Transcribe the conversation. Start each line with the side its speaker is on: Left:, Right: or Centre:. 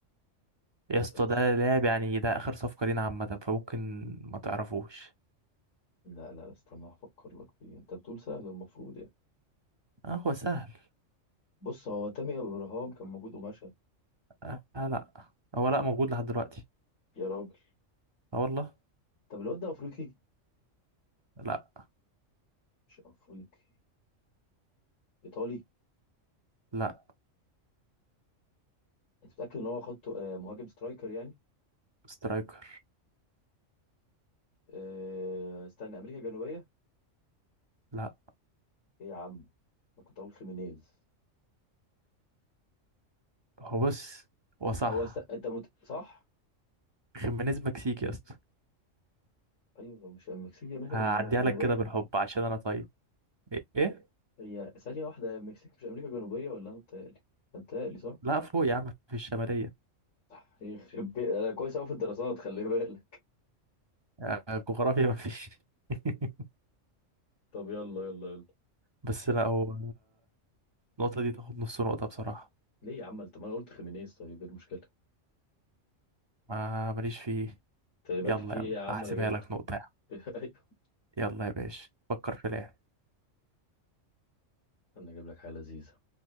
Right: يا اسطى
Left: بس
Right: ده لاعب يعني ده آخر صفقة لينا عامة فممكن ما تعرفوش
Left: لا لا استنى افكر لك فيه انت بتقول سهل المفروض يعني
Right: اه هو سهل
Left: بص هو تامر ابراهام كان موجود ومشى
Right: آه لا هو لا موجود لحد دلوقتي
Left: يا راجل
Right: اه والله
Left: طب الواد ده افريقي
Right: لا
Left: مش افريقي ايطالي
Right: لا
Left: انت متاكد ان هو خدته آه، مهاجم سترايكر يعني
Right: سترايكر
Left: آه، استنى امريكا الجنوبيه
Right: لا
Left: ايه يا عم ما كنت اقول خيمينيز
Right: هو بص هو صح
Left: هو است... انت مت... صح
Right: خيمينيز مكسيكي يا اسطى
Left: ايوه هو مش المكسيك دي امريكا
Right: هعديها
Left: جمن- جنوبيه
Right: لك كده بالحب عشان انا طيب ايه إيه؟
Left: هي ثانيه واحده هي المكسيك مش امريكا جنوبيه ولا انا متهيألي أنا متهيألي صح؟
Right: لا فوق يا عم في الشمالية
Left: صح، يخرب بي- انا <laughs> كويس قوي في الدراسات خلي بالك
Right: آه، جغرافيا مفيش <laughs>
Left: طب يلا يلا يلا
Right: بس لا هو النقطة دي تاخد نص نقطة بصراحة
Left: ليه يا عم انت ما انا قلت خيمينيز طيب ايه المشكله
Right: ما ماليش فيه
Left: انت
Right: يلا
Left: مالكش فيه
Right: يلا
Left: ايه يا عم
Right: هحسبها
Left: انا جبته
Right: لك نقطة يا عم
Left: <laughs> ايوه
Right: يلا يا باشا فكر في لاعب
Left: انا اجيب لك حاجه لذيذه